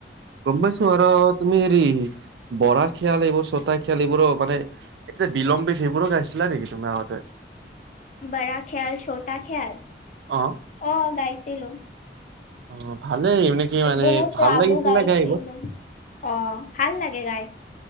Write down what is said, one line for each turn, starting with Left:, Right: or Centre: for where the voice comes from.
Right: গম পাইছ আৰু তুমি হেৰি বৰা খিয়াল, এইবোৰ ছটা খিয়াল এইবোৰো মানে এই যে বিলম্বিত সেইবোৰো গাইছিলা নেকি তোমাৰাহঁতে?
Left: বৰা শিয়াল ছোটা শিয়াল
Right: অ',
Left: অ গাইছে লো <unintelligible>
Right: অ ভালেই আহিব নেকি মানে
Left: বহুত
Right: ভাল
Left: ৰাগো
Right: লাগিছিল
Left: গাইছিলো।
Right: নে গাই আহিব।
Left: অ ভাল লাগে গাই